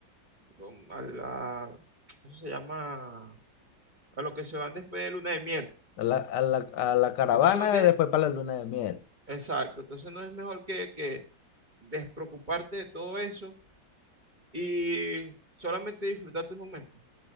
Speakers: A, on the right (about 25°); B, on the left (about 65°).
A: mm, a la, eso se llama, a lo que se van después de luna de miel?
B: a la, a la, a la caravana,
A: Entonces no tienes,
B: después para la luna de miel.
A: Exacto, entonces no es mejor que, que despreocuparte de todo eso y solamente disfrutar tus momentos.